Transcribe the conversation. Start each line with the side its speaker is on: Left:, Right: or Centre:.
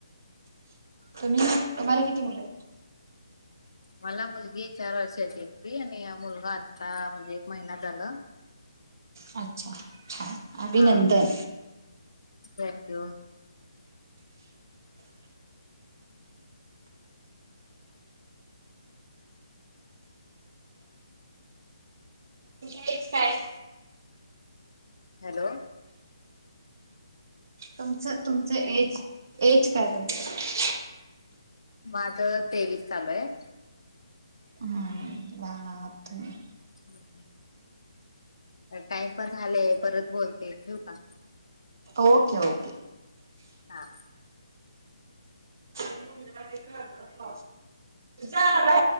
Right: तुम्ही तुम्हाला किती मुलं आहेत?
Left: मला मुलगी चार वर्षाची यती आणि मुलगा आता म्हणजे एक महिना झाल.
Right: अच्छा. छान. अभिनंदन
Left: हा. thank you.
Right: Next time.
Left: Hello.
Right: तुमचं तुमचं एज एज काय तुमचं?
Left: माझं तेवीस चालू हाय.
Right: हम्म. लहान आहात तुम्ही.
Left: थोडंफार. टाइम पण झालय परत बोलते ठेवू का?
Right: Okay okay.
Left: हा.
Right: <inaudible> तुझं आलं बा